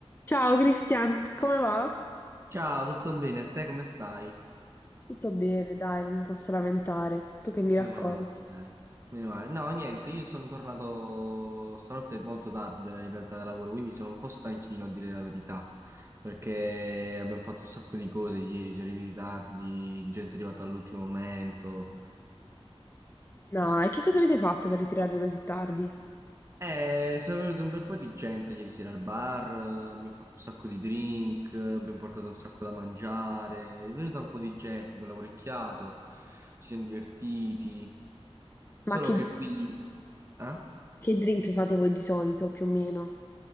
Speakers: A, on the left (about 20°); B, on the right (about 25°).
A: Ciao Cristian, come va?
B: Ciao, tutto bene? A te come stai?
A: Tutto bene, dai, non mi posso lamentare. Tu che mi
B: Meno
A: racconti?
B: male, dai. Meno male. No, niente, io sono tornato stanotte molto tardi da- in realtà da lavoro, quindi sono un po' stanchino a dire la verità, perché abbiamo fatto un sacco di cose ieri, siamo arrivati tardi, gente è arrivata all'ultimo momento.
A: No, e che cosa avete fatto per ritirarvi così tardi?
B: Eh, sono venuto un bel po' di gente ieri sera al bar, eh, abbiamo fatto un sacco di drink, eh, abbiamo portato un sacco da mangiare, è venuta un po' di gente, abbiamo lavoricchiato, ci siamo divertiti, solo
A: Ma che,
B: che qui... Eh?
A: che drink fate voi di solito, più o meno?